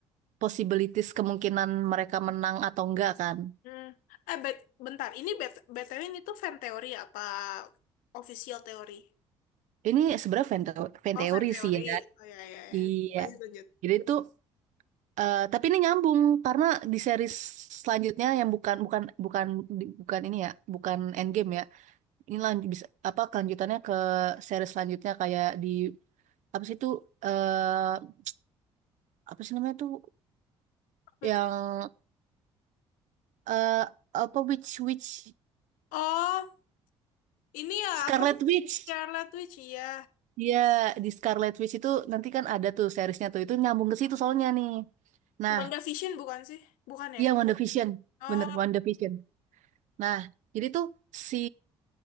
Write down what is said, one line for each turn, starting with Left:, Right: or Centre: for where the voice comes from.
Right: possibilities kemungkinan mereka menang atau enggak kan.
Left: Hmm. Eh, bet- bentar. Ini bet- BTW ini tuh fan teori apa official teori?
Right: Ini sebenarnya fan, teo- fan
Left: Oh,
Right: teori
Left: fan teori.
Right: sih ya.
Left: Oh ya ya ya.
Right: Iya.
Left: Lanjut lanjut.
Right: Jadi itu eh, tapi ini nyambung karena di series selanjutnya yang bukan bukan bukan di- bukan ini ya, bukan Endgame ya. Ini lanjut bisa apa kelanjutannya ke series selanjutnya kayak di apa sih itu eh, apa sih namanya tuh
Left: Apa
Right: yang eh apa Witch Witch
Left: Oh, ini ya
Right: Scarlet
Left: apa
Right: Witch
Left: Scarlet Witch ya.
Right: Iya di Scarlet Witch itu nanti kan ada tuh seriesnya tuh itu nyambung ke situ soalnya nih nah
Left: WandaVision bukan sih? Bukan ya?
Right: iya WandaVision
Left: Oh,
Right: bener WandaVision nah jadi tuh si